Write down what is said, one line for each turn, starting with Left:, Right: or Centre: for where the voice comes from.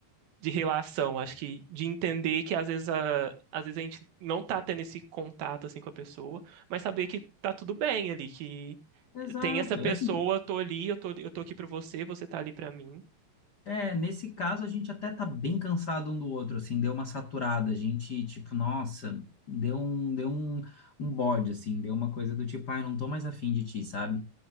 Right: de relação, acho que de entender que às vezes a, às vezes a gente não tá tendo esse contato assim com a pessoa, mas saber que tá tudo bem ali, que
Left: exato.
Right: tem essa pessoa,
Left: É assim,
Right: eu tô ali, eu tô, eu tô aqui pra você, você tá ali pra mim.
Left: é, nesse caso a gente até tá bem cansado um do outro, assim, deu uma saturada, a gente, tipo, nossa, deu um, deu um, um bode, assim, deu uma coisa do tipo, ai, não tô mais afim de ti, sabe?